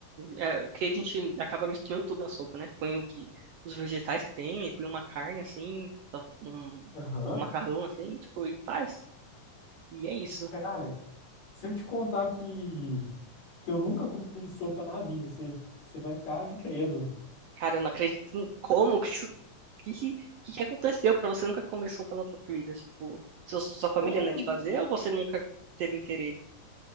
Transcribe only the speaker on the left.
Aham.
Cara, Se eu te contar que, que eu nunca comi sopa na vida, você, você vai ficar incrédulo.
Cara,
eu
nunca.